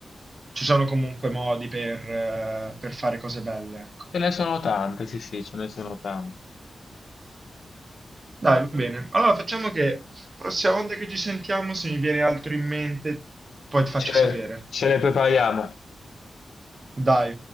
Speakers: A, on the right; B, on the left.
A: ci sono comunque modi per, eh, per fare cose belle, ecco.
B: Ce ne sono tante, sì sì, ce ne sono tante.
A: Dai, va bene. Allora facciamo che prossima volta che ci sentiamo, se mi viene altro in mente, poi ti faccio
B: Ce le,
A: sapere.
B: ce le prepariamo.
A: Dai.